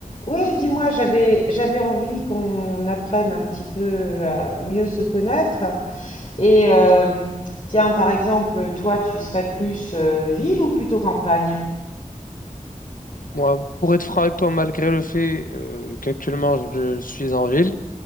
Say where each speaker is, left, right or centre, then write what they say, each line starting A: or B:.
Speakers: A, on the left (about 40°); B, on the left (about 85°).
A: Ouais, dis-moi, j'avais j'avais envie qu'on apprenne un petit peu à mieux se connaître. Et euh, tiens, par exemple, toi, tu serais plus euh, ville ou plutôt campagne?
B: Moi, pour être franc avec toi, malgré le fait euh, qu'actuellement je suis en ville,